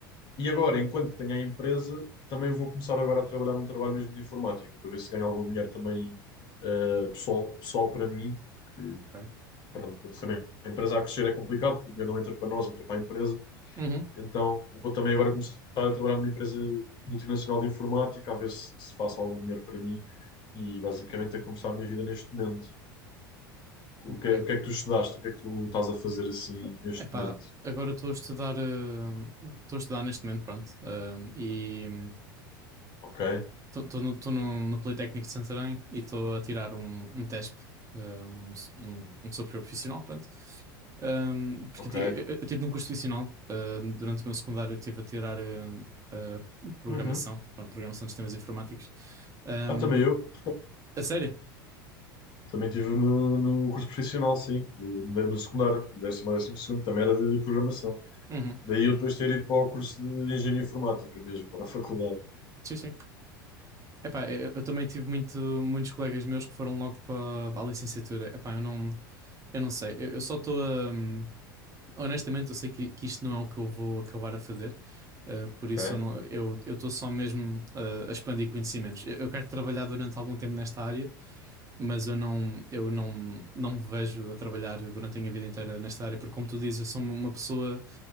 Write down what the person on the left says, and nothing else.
e agora, enquanto que tenho a empresa, também vou começar agora a trabalhar num trabalho mesmo de informática, para ver se ganho algum dinheiro também eh, pessoal, pessoal para mim, porque
pronto, quando também a empresa a crescer é complicado, porque o dinheiro não entra para nós, entra para a empresa.
Então vou também agora começar a trabalhar numa empresa multinacional de informática, a ver se, se faço algum dinheiro para mim e basicamente é como está a minha vida neste momento. O
que é, o que é que tu estudaste? O que é que tu estás a fazer assim neste
momento?
Ok,
ok.
Uhum.
Ah, também eu.
Também estive no, no curso profissional, sim, do- da- no secundário, do décimo a décimo segundo, também era de programação.
Daí eu depois ter ido para o curso de engenharia informática mesmo, para a <laughs> faculdade.
Ok?